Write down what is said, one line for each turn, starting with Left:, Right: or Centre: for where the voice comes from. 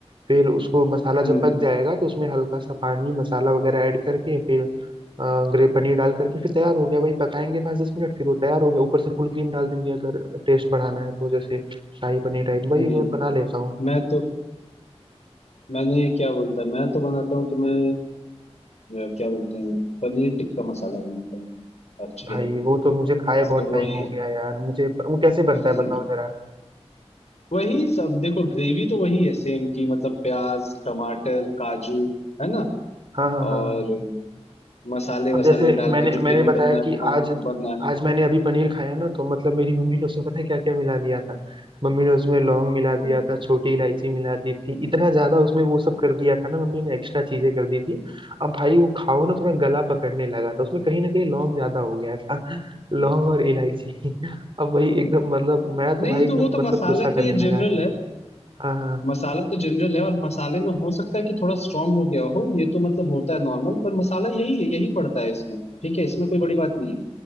Right: फिर उसको मसाला
Left: हम्म
Right: जब पक जाएगा तो उसमें हल्का सा पानी मसाला वगैरह ऐड करके फिर ग्रे पनीर डाल करके फिर तैयार हो गया भाई पकाएंगे पाँच दस मिनट फिर वो तैयार हो गया ऊपर से फुल क्रीम डाल देंगे अगर टेस्ट बढ़ाना है तो जैसे शाही पनीर टाइप भाई
Left: नहीं
Right: मैं बना लेता हूँ
Left: मैं तो मैंने क्या बोलता है मैं तो बनाता हूँ तो मैं अ, क्या बोलते हैं पनीर टिक्का मसाला बनाता हूँ एक्चुअली
Right: भाई वो तो मुझे खाए
Left: मतलब
Right: बहुत टाइम
Left: वही
Right: हो गया यार मुझे वो कैसे
Left: <laughs>
Right: बनता है बताओ जरा
Left: वही सब देखो ग्रेवी तो वही है सेम की मतलब प्याज टमाटर काजू है ना
Right: हाँ हाँ हाँ
Left: और
Right: हाँ
Left: मसाले
Right: अब
Left: वसाले
Right: जैसे
Left: डाल
Right: मैंने
Left: के जो
Right: मैंने
Left: ग्रेवी
Right: बताया
Left: बनना है
Right: कि
Left: वो बन
Right: आज
Left: बनना है
Right: आज मैंने अभी पनीर खाया ना तो मतलब मेरी मम्मी ने उसमें पता है क्या क्या मिला दिया था मम्मी ने उसमें लौंग मिला दिया
Left: हम्म।
Right: था छोटी इलायची मिला दी थी इतना ज्यादा उसमें वो सब कर दिया था ना मम्मी ने एक्स्ट्रा चीजें कर दी थी अब भाई वो खाओ ना थोड़ा गला पकड़ने लगा था उसमें कहीं ना कहीं लौंग ज्यादा हो गया था <laughs> लौंग और इलायची <laughs> अब वही एकदम मतलब मैं तो
Left: नहीं
Right: भाई एकदम
Left: तो वो तो
Right: मतलब
Left: मसाला
Right: गुस्सा
Left: तो
Right: करने
Left: ये जनरल
Right: लगा
Left: है
Right: हाँ हाँ
Left: मसाला तो जनरल है और मसाले में हो सकता है कि थोड़ा स्ट्रांग हो गया हो ये तो मतलब होता है नॉर्मल पर मसाला यही है यही पड़ता है इसमें ठीक है इसमें कोई बड़ी बात नहीं है